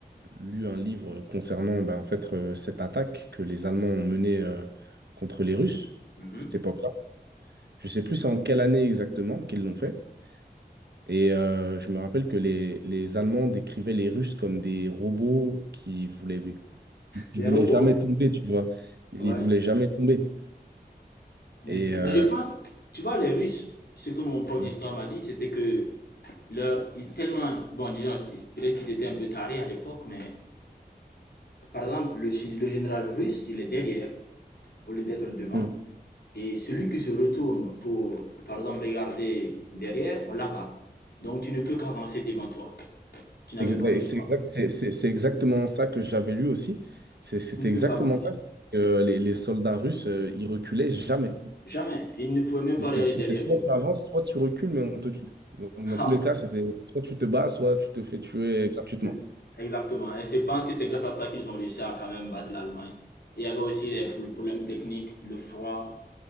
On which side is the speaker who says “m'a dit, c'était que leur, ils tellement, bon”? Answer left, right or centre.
Left